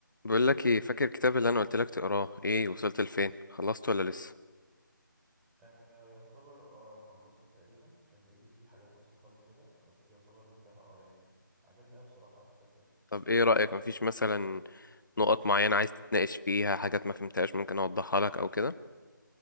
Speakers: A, on the left (about 65°); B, in the centre.
A: بقول لك ايه فاكر الكتاب اللي انا قلت لك تقراه ايه وصلت لفين خلصت ولا لسه
B: آه يعتبر اه خلصته تقريبا كان باقيلي فيه حاجات بسيطة خالص كده بس يعتبر انتهى اه يعني عجبني أوي بصراحة الكتاب ده
A: طب ايه رأيك مفيش مثلا نقط معينة عايز تتناقش فيها حاجات ما فهمتهاش ممكن اوضحها لك او كده